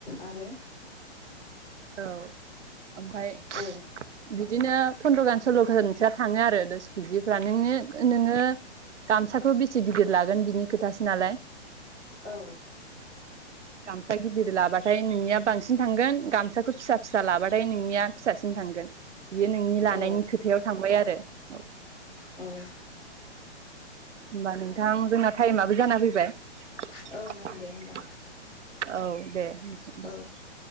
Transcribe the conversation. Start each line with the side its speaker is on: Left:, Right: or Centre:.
Left: आरो
Right: औ ओमफ्राय बि
Left: औ
Right: बिदिनो फन्द्र' गाहान सल्ल' खानसोआ थाङो आरो दस केजिफ्रा नोंङो नोङो गामसाखौ बेसे गिदिर लागोन बिनि खोथासो नालाय
Left: औ
Right: गामसा गिदिर लाबाथाय नोंनिया बांसिन थांगोन गामसा खौ फिसा फिसा लाबाथाय नोंनिया फिसासिन थांगोन बियो नोंनि लानायनि
Left: औ
Right: खोथायाव थांबाय आरो औ
Left: औ
Right: होमबा नोंथां जोंना टाइमाबो जाना फैबाय औ
Left: ओं ओं दे होमबा
Right: दे ।
Left: औ